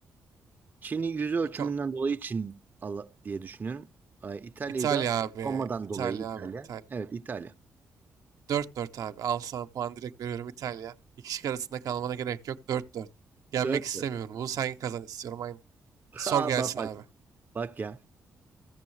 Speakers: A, on the right; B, on the right.
A: Çin'i yüz ölçümünden
B: Bakalım.
A: dolayı Çin al- diye düşünüyorum. Ay, İtalya'yı
B: İtalya
A: da
B: abi.
A: Roma'dan
B: İtalya
A: dolayı İtalya.
B: abi. İtalya.
A: Evet İtalya.
B: Dört dört abi. Al sana puan direkt veriyorum İtalya. İki şık arasında kalmana gerek yok. dört. 4 Yenmek
A: Dört.
B: istemiyorum.
A: <laughs>
B: Bunu sen kazan istiyorum. Aynı. Sor
A: Aa,
B: gelsin
A: bak bak.
B: abi.
A: Bak ya.